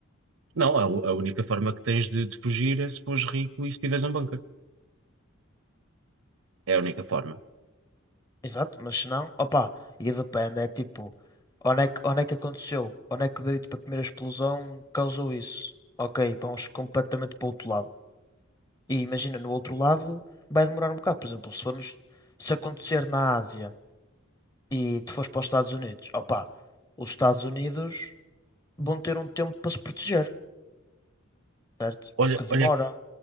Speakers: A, on the right; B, on the left.
A: Não, a, u- a única forma que tens de, de fugir é se fores rico e se tiveres um bunker. É a única forma.
B: Exato, mas se não, opa, e depende, é tipo, onde é que, onde é que aconteceu? Onde é que veio, tipo, a primeira explosão causou isso? Ok, vamos completamente para o outro lado. E imagina, no outro lado vai demorar um bocado. Por exemplo, se formos, se acontecer na Ásia e tu fores para os Estados Unidos, opa, os Estados Unidos vão ter um tempo para se proteger, certo?
A: Olha,
B: Porque demora,
A: olha